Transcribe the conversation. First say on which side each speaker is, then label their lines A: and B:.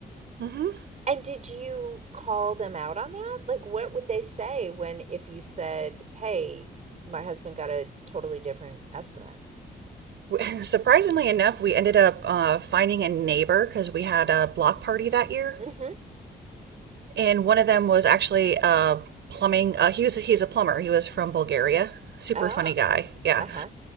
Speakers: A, on the right; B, on the right.
A: hmm
B: And did you call them out on that? Like, what would they say when, if you said, hey, my husband got a totally different estimate?
A: <laughs> Surprisingly enough, we ended up uh, finding a neighbor because we had a block party that year,
B: Mm-hmm.
A: and one of them was actually uh, plumbing. Uh, he was he's a plumber. He was from Bulgaria. Super
B: Ah,
A: funny guy. Yeah,
B: uh-huh.